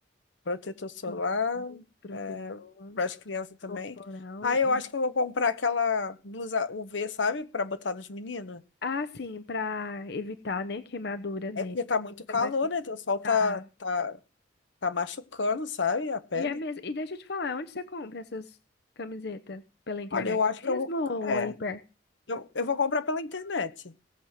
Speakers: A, on the left; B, on the left.
A: protetor solar,
B: Tô- Protetor.
A: é, para as crianças também.
B: Corporal.
A: Aí eu
B: uhum.
A: acho que eu vou comprar aquela blusa UV, sabe? Para botar nos meninos.
B: Ah, sim, pra evitar, né, queimadura nele.
A: É porque tá muito calor,
B: Ainda mais que
A: né? Então, O sol tá,
B: tá.
A: tá, tá machucando, sabe? A pele.
B: E é mesmo. E deixa eu te falar, onde você compra essas camisetas? Pela internet
A: Olha, eu acho
B: mesmo
A: que eu vou.
B: ou
A: É,
B: aí perto?
A: eu, eu vou comprar pela internet.